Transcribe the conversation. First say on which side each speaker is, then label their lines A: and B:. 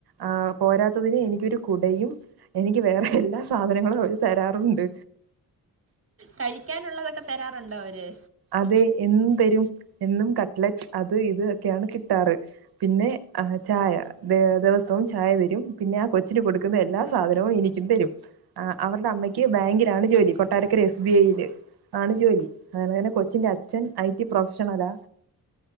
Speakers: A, on the right; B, on the right.
A: ആ പോരാത്തതിന് എനിക്കൊരു കുടയും എനിക്ക് വേറെ എല്ലാ സാധനങ്ങളും അവര് തരാറുണ്ട്
B: കഴിക്കാനുള്ളതൊക്കെ തരാറുണ്ടോ അവര്
A: അതെ എന്നും തരും എന്നും കട്ട്ലെറ്റ് അത് ഇതൊക്കെയാണ് കിട്ടാറ് പിന്നെ ചായ ദിവസവും ചായ തരും പിന്നെ ആ കൊച്ചിന് കൊടുക്കുന്ന എല്ലാ സാധനവും എനിക്കും തരും അവരുടെ അമ്മയ്ക്ക് ബാങ്കിലാണ് ജോലി കൊട്ടാരക്കര എസ് ബി ഐൽ ആണ് ജോലി അെ തന്നെ കൊച്ചിന്റെ അച്ഛൻ ഐ ടി പ്രൊഫഷണലാ